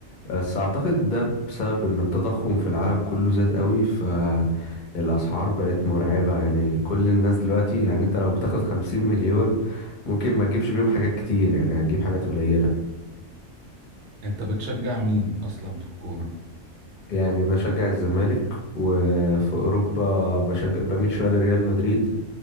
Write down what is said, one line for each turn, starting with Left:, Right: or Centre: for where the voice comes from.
Left: بس أعتقد ده بسبب إن التضخم في العالم كله زاد قوي فالأسعار بقت مرعبة يعني كل الناس دلوقتي يعني أنت لو بتاخد خمسين مليون ممكن ما تجيبش بيهم حاجات كتير يعني هتجيب حاجات قليلة
Right: انت بتشجع مين اصلا في الكورة
Left: يعني بشجع الزمالك وفي أوروبا بشجع بميل شوية لريال مدريد